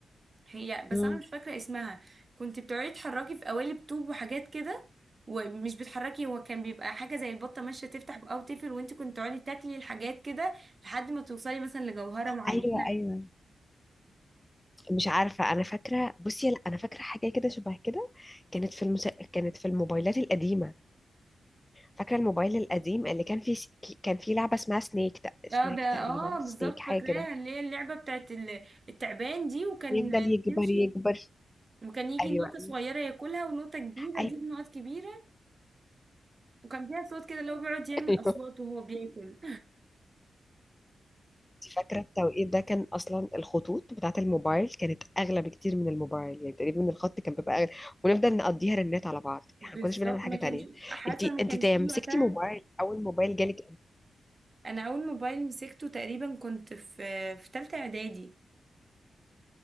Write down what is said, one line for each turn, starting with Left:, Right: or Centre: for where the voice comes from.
Right: هي بس
Left: امم
Right: انا مش فاكرة اسمها كنت بتقعدي تحركي في قوالب طوب وحاجات كده ومش بتحركي هو كان بيبقى حاجة زي البطة ماشية تفتح او تقفل وانت كنت تقعدي تاكلي الحاجات كده لحد ما توصلي مثلا لجوهرة معينة
Left: ايوه ايوه مش عارفه انا فاكره بصي لا انا فاكره حاجه كده شبه كده كانت في المس... كانت في الموبايلات القديمه فاكرة الموبايل القديم اللي كان فيه كان فيه لعبة اسمها سنيك تق... سنيك
Right: اه ده اه
Left: تقريبا
Right: بالظبط
Left: سنيك حاجة
Right: فاكراها
Left: كده
Right: اللي هي اللعبة بتاعت ال- التعبان دي وكان
Left: يفضل يكبر
Right: يمشي
Left: يكبر
Right: وكان يجي
Left: ايوه
Right: نقطة صغيرة ياكلها ونقطة كبيرة
Left: ايوه
Right: دي نقط كبيرة وكان فيها صوت كده اللي هو بيقعد يعمل
Left: ايوه
Right: أصوات وهو بياكل
Left: انت فاكرة التوقيت ده كان اصلا الخطوط بتاعة الموبايل كانت اغلى بكتير من الموبايل يعني تقريبا الخط كان بيبقى اغلى ونفضل نقضيها رنات على بعض
Right: بالظبط
Left: احنا ما كناش بنعمل حاجة
Right: ما
Left: تانية
Right: كانش حاسه
Left: انت انت
Right: ما كانش
Left: تا-
Right: فيه
Left: مسكتي
Right: وقتها
Left: موبايل اول موبايل جالك
Right: انا اول موبايل مسكته تقريبا كنت في في ثالثه اعدادي